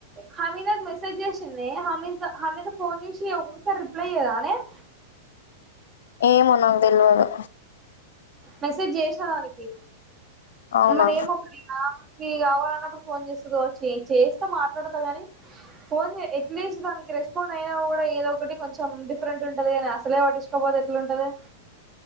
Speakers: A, on the right (about 25°); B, on the left (about 65°).
A: హమీ నాకు మెసేజ్ జేసిందే. హమీజ హమీద ఫోన్ జూసి ఒక్కసారి రిప్లై ఇయ్యదనే? <inaudible>
B: ఏమో నాకు దెల్వదు.
A: మెసేజ్ జేసిన దానికి,
B: అవునా
A: మరి ఏమో మరి ఆమెకు. ఈ కావాలన్నప్పుడు ఫోన్ చేస్తది కావచ్చు. ఏయ్ చేస్త మాట్లాడత గాని, ఫోన్ చే ఎట్లీస్ట్ దానికి. రెస్పాండ్ అయినా కూడా ఏదో ఒకటి కొంచెం డిఫరెంట్ ఉంటది కానీ అసలే పటించకోకపోతే ఎట్లుంటది